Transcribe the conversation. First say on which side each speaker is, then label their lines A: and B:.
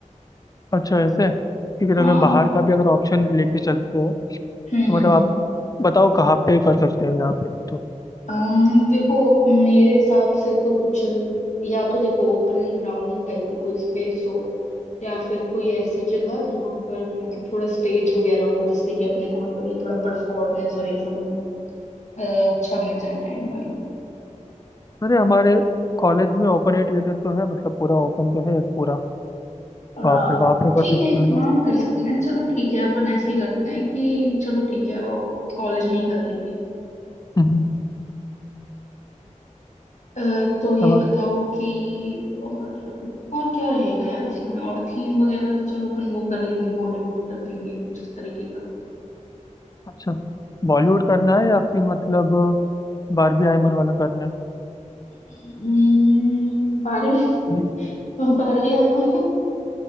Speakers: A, on the left; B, on the left.
A: अच्छा ऐसे ठीक है तो
B: हाँ
A: अगर बाहर का भी अगर ऑप्शन लेके चलते हैं
B: हम्म हम्म
A: मतलब आप
B: हम्म।
A: बताओ कहाँ पे कर सकते हो यहाँ पे नहीं तो
B: अम, देखो मेरे हिसाब से तो कुछ या तो देखो ओपन ग्राउंड टाइप की कोई स्पेस हो या फिर कोई ऐसी जगह जहाँ पर मतलब थोड़ा स्टेज वगैरह हो जिससे कि अपने को मतलब ये थोड़ा परफॉर्मेंस और ये सब में अ, अच्छा मिल जाए टाइम भाई
A: अरे हमारे कॉलेज में ओपन एयर थिएटर तो है मतलब पूरा ओपन तो है एक पूरा
B: अ,
A: वहाँ पे वहाँ पे कर
B: ठीक
A: सकते
B: है एक
A: हो
B: काम
A: ना
B: कर सकते हैं चलो ठीक है अपन ऐसे ही करते हैं कि चलो ठीक है कॉलेज में ही कर लेंगे
A: हम्म,
B: अ, तो ये
A: तब आप
B: बताओ कि और और क्या रहेगा यार इसमें और थीम वगैरह तो चलो अपन वो कर लेंगे बॉलीवुड कर देंगे कुछ इस तरीके का
A: अच्छा बॉलीवुड करना है या फिर मतलब बारबी हाइमर वाला करना है
B: हम्म, बारहवीं
A: नहीं
B: <laughs> बारहवीं आए ना